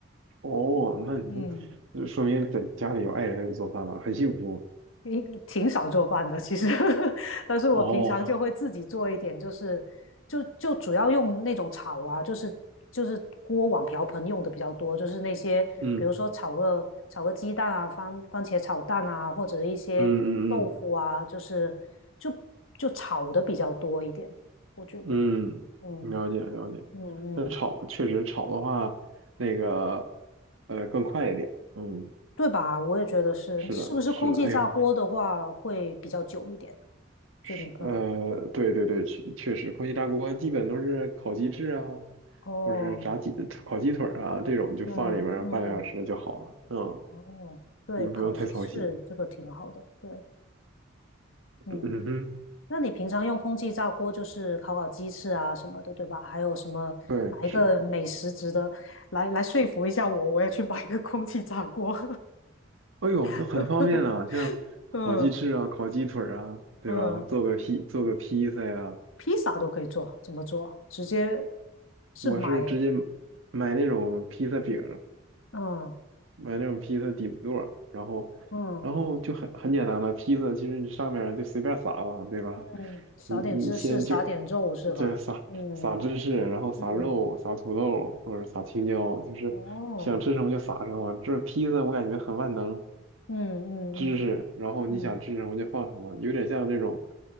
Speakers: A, on the right; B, on the left.
A: 哦，那你就就说明在家里有爱人给做饭了，
B: 嗯
A: 很幸福。
B: 应挺少做饭的，其实，<laughs> 但是我平常就会自己做一点，
A: 哦，
B: 就是就就主要用那种炒啊，就是就是锅碗瓢盆用的比较多，就是那些比如说炒个炒个鸡蛋啊，
A: 嗯
B: 番番茄炒蛋啊，或者一些豆腐啊，
A: 嗯嗯
B: 就是就就炒的比较多一点，我觉得，
A: 嗯嗯，
B: 嗯
A: 了解了解。
B: 嗯
A: 那炒确实炒的话，
B: 嗯，
A: 那个呃更快一点。嗯，
B: 对吧？我也觉得是，
A: 是的，
B: 是不是空气炸锅的话会比较久一点？
A: 是的。哎呦，是，
B: 就你个
A: 呃，对对对，确确实，空气炸锅基本都是烤鸡翅啊，
B: 哦，
A: 或者是炸鸡、烤鸡腿儿啊这种，就放里面儿半个小时就好了。
B: 嗯嗯。
A: 嗯，
B: 哦，对，
A: 你不用太操心。
B: 烤鸡翅这个挺好的，对，嗯，
A: 嗯嗯哼，
B: 那你平常用空气炸锅就是烤烤鸡翅啊什么的，对吧？还有什么哪一个美食值得来来说服一下我，
A: 对，是。
B: 我也去买个空气炸锅。
A: 哎呦，那很方便啊，
B: <laughs>
A: 像烤鸡翅啊、
B: 嗯
A: 烤鸡腿儿啊，对吧？
B: 嗯，
A: 做个披做个披萨呀、
B: 披萨都可以做，怎么做？直接是买，
A: 我是直接买那种披萨饼，
B: 嗯
A: 买那种披萨底座，然后，
B: 嗯
A: 然后就很很简单的披萨，其实你上面儿就随便撒吧，对吧？
B: 嗯，撒点芝士，
A: 你你先就
B: 撒点肉是吧？
A: 就撒撒芝士，
B: 嗯
A: 然后撒肉、
B: 嗯，
A: 撒土豆或者撒青椒，就是想吃什么就撒什么。
B: 哦，
A: 这披萨我感觉很万能，
B: 嗯嗯
A: 芝士，然后你想吃什么就放什么，
B: 嗯
A: 有点像这种